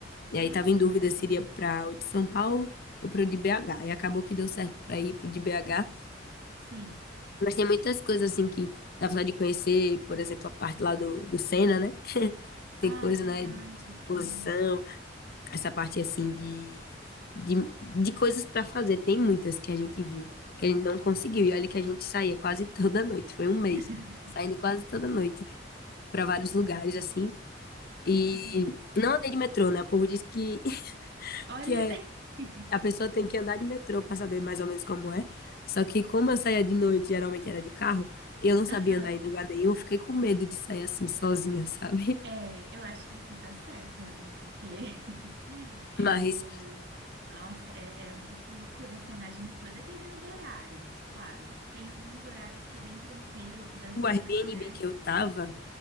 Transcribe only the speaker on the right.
Ah,
legal.
Sim.
Ah,
é verdade,
sim.
<laughs>
Que delícia.
Olha.
<laughs>
Aham.
É, eu acho que você tá certa, Evelyn, porque <laughs> eu.
Nossa, é, é um pouco loucura assim, andar de metrô, dependendo do horário, claro. Tem alguns horários que é bem tranquilo, que dá
super
certo.